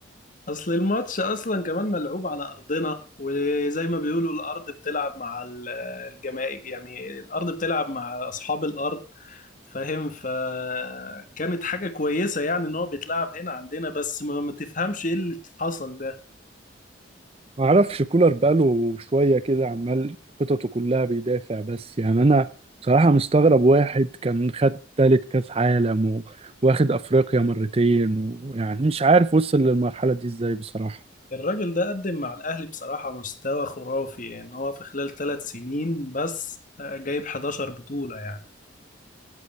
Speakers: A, on the left (about 45°); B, on the right (about 30°).
A: اصل الماتش اصلا كمان ملعوب على ارضنا وزي ما بيقولوا الارض بتلعب مع ال- الجماهير يعني الارض بتلعب مع اصحاب الارض فاهم فكانت حاجة كويسة يعني ان هو بيتلعب هنا عندنا بس ما ما تفهمش ايه اللي حصل ده
B: معرفش كولر بقاله شوية كده عمال خططه كلها بيدافع بس يعني انا بصراحة مستغرب واحد كان خد تالت كاس عالم و- واخد افريقيا مرتين ويعني مش عارف وصل للمرحلة دي ازاي بصراحة
A: الراجل ده قدم مع الاهلي بصراحة مستوى خرافي يعني هو في خلال ثلاث سنين بس آه، جايب 11 بطولة يعني